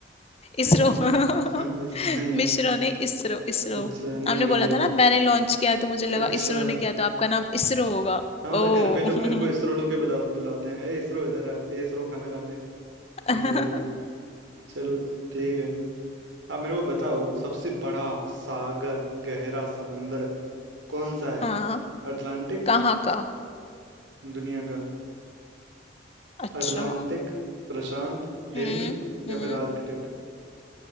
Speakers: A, on the right (about 85°); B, on the left (about 30°).
A: नहीं
B: इसरो
A: नहीं
B: <laughs>
A: हम्म, इस नहीं है
B: मिश्रो ने इसरो इसरो
A: अच्छा नहीं
B: आपने
A: भैया
B: बोला था ना मैंने लॉन्च किया है, तो मुझे लगा
A: अच्छा
B: इसरो ने किया तो आपका नाम इसरो होगा
A: हाँ मतलब
B: ओ
A: घर पे लोग
B: <laughs>
A: मेरे को इसरो लोग के बता बुलाते हैं ए इसरो इधर आ ए इसरो खाना खा ले ऐसा
B: हम्म
A: करके चलो ठीक है आप मेरे को बताओ सबसे बड़ा सागर गहरा समंदर कौन सा है
B: हाँ
A: अटलांटिक
B: कहाँ का
A: दुनिया का
B: अच्छा
A: अटलांटिक प्रशांत हिंद
B: हम्म हम्म
A: या फिर आर्कटिक